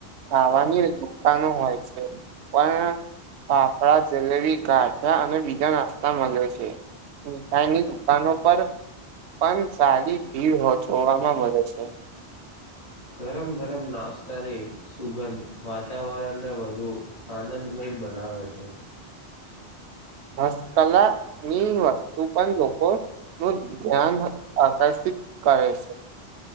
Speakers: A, on the right (about 85°); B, on the left (about 85°).
A: ખાવાની દુકાનો હોય છે. પણ ફાફડા, જલેબી, ગાંઠ્યા અને બીજા નાસ્તા મલે છે. મીઠાઈની દુકાનો પર પણ સારી ભીડ હોતી જોવામાં મળે છે.
B: ગરમ-ગરમ નાસ્તાની સુગંધ વાતાવરણને વધુ આનંદ. મય બનાવે છે.
A: હસ્તકલા ની વસ્તુ પણ લોકો નું ધ્યાન. આકર્ષિત કરે છે.